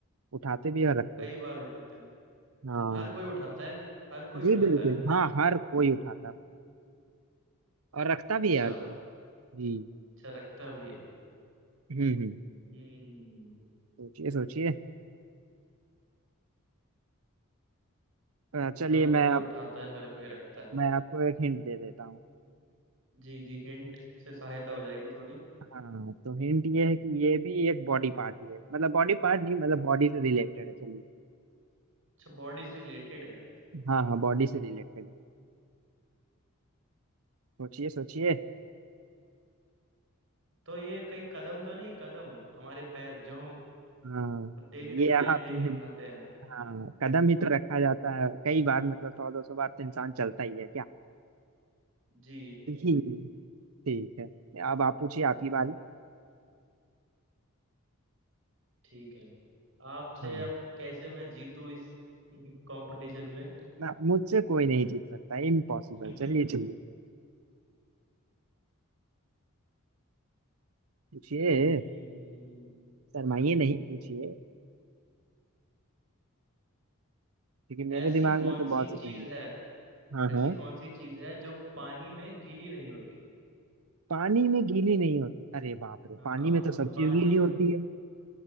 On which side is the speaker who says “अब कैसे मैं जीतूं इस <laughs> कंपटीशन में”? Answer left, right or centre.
Right